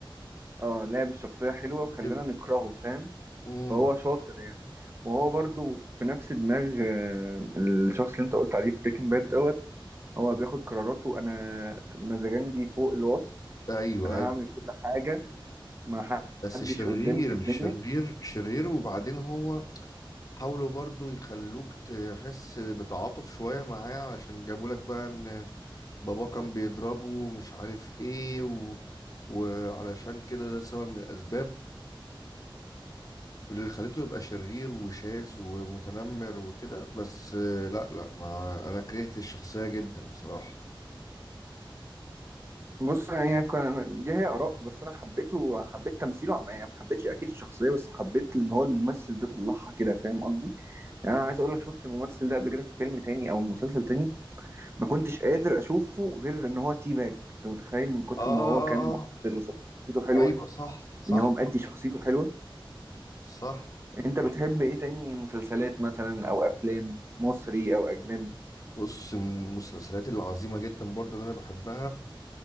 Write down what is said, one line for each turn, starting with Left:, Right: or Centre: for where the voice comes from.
Right: اه لعب الشخصية حلوة وخلانا
Left: جدا
Right: نكرهه فاهم
Left: امم
Right: فهو شاطر يعني وهو برضو في نفس دماغ آه، الشخص اللي انت قلت عليه في بريكنج باد دوت هو بياخد قراراته انا مزاجنجي فوق الوصف
Left: ايوه
Right: انا
Left: ايوه
Right: هعمل كل حاجة ما
Left: بس
Right: حدش
Left: شرير
Right: قدامي في الدنيا
Left: شرير شرير وبعدين هو حاولوا برضو يخلوك تحس بتعاطف شوية معاه علشان جابوا لك بقى ان بابا كان بيضربه ومش عارف ايه و... وعلشان كده ده سبب من الاسباب اللي خليته يبقى شرير وشاذ ومتنمر وكده بس آه، لا لا ما انا كرهت الشخصية جدا بصراحة
Right: بص يعني كان- دي هي آراء بس انا حبيته حبيت تمثيله عم- يعني ما حبيتش اكيد الشخصية بس حبيت ان هو الممثل ده طلعها كده فاهم قصدي يعني انا عايز اقول لك شفت الممثل ده قبل كده في فيلم تاني او مسلسل تاني ما كنتش قادر اشوفه غير ان هو تي باج انت متخيل من كتر
Left: آه
Right: ما هو
Left: آه
Right: كان مؤثر
Left: آه آه.
Right: وشخصيته حلوه
Left: أيوه صح صح
Right: ان هو مأدي شخصيته حلوه
Left: صح
Right: انت بتحب ايه تاني مسلسلات مثلا او افلام مصري او اجنبي
Left: بص من المسلسلات العظيمة جدا برضو اللي أنا بحبها